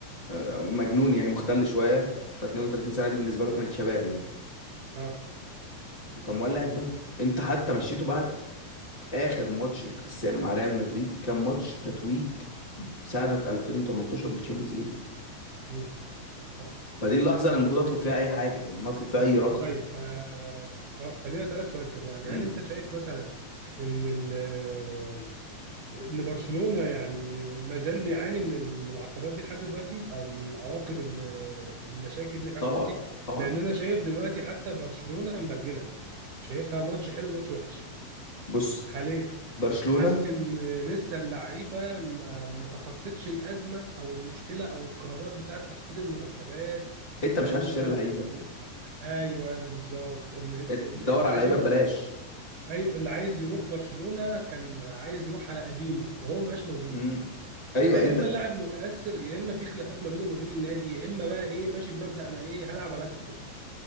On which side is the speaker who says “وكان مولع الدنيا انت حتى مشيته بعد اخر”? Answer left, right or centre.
Left